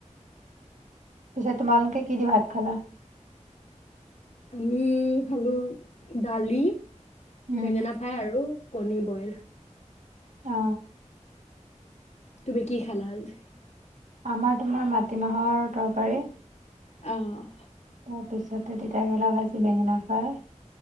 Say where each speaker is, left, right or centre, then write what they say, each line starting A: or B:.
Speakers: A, on the right; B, on the left.
A: পিছে তোমালোকে কি দি ভাত খালা?
B: আমি খালোঁ দালি
A: উম
B: বেঙেনা ফ্ৰাই আৰু কণী বইল।
A: অ
B: তুমি কি খালা আজি?
A: আমাৰ তোমাৰ মাটিমাহৰ তৰকাৰী।
B: অ'
A: তাৰপিছতে তিতাকেৰেলা ভাজি বেঙেনা ফ্ৰাই